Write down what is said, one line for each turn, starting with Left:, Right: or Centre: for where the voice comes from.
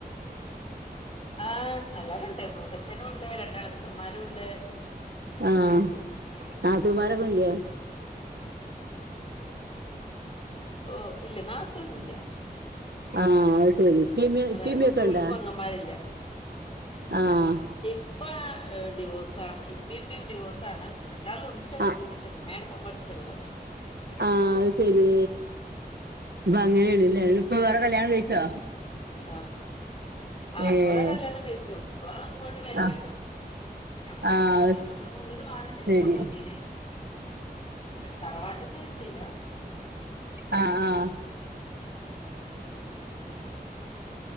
Left: ആഹാ എല്ലാരുണ്ട് മൂത്തച്ഛനൂണ്ട് രണ്ടളച്ചമ്മാരൂണ്ട്
Right: ആഹ് നാതൂമാരൊന്നുല്ല്യേ?
Left: ഹോ ഇല്ല്യ നാത്തൂനില്ല്യ
Right: ആഹ അഹ്‌സെരി ഇപ്പിമ്യോ
Left: അതെ
Right: ഇപ്പിമ്മിക്കെണ്ടോ?
Left: ഓക്ക് ഓൽക്ക് പെങ്ങന്മാരില്ല
Right: ആഹാ
Left: ഇപ്പാ ഡിവോസാണ് ഇപ്പിമ്മിം ഡിവോസാണ്. രണ്ടാളുംണ്ട്
Right: ആഹ്
Left: പക്ഷെ ഇമ്മേണ്പ്പം അമ്മളട്ത്ത്ള്ളെ
Right: ആഹാ അഹ്സെരീ അപ്പങ്ങനേണ്ലേ ഇപ്പ വേറെകല്യാണം കഴിച്ചോ?
Left: ആഹ് ആ
Right: ഏഹ്
Left: ഇപ്പവേറെ കല്യാണം കഴിച്ചു ഇപ്പാങ്ങോട്ട് വെര്ല്ലൊക്കെണ്ട്ട്ടോ
Right: ആഹ്
Left: ഞ്ഞമ്മട്ത്ത്ക്ക്
Right: ആഹ് അത്
Left: ഞങ്ങള്പ്പോ വീട് മാറേന്റേഷം
Right: ശരി
Left: ഇങ്ങോട്ട് വന്നീന് ഇങ്ങട്ട് തറവാട്ട്ക്ക് വര്ത്തില്ലാ
Right: ഹ ഹാ